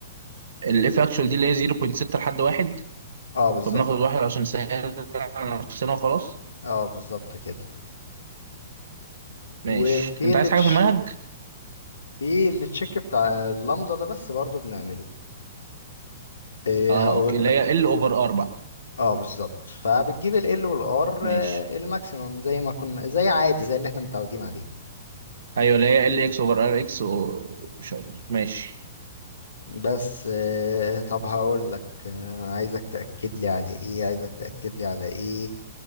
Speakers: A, on the right (about 70°); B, on the left (about 80°).
A: الاف اكتشوال دي اللي هي 0.6 لحد واحد
B: اه بالظبط
A: فبناخد واحد عشان نسهل على نفسنا وخلاص
B: اه بالظبط كده
A: ماشي
B: وفي
A: انت
B: اللي
A: عايز
B: تش...
A: حاجه في المنهج
B: في اللي تشيك بتاع اللامدا ده بس برضو بنعمله إيه
A: اه
B: هقول
A: اوكي اللي
B: لك
A: هي ال اوفر اربعة
B: اه بالظبط فبتجيب ال L وال R
A: ماشي
B: آه، الماكسيمم زي ما كنا زي عادي زي اللي احنا متعودين عليه
A: ايوه اللي هي ال اكس اوفر ار اكس و... مش عارف. ماشي
B: بس آه، طب هقول لك آه، عايزك تأكد لي على ايه عايزك تأكد لي على ايه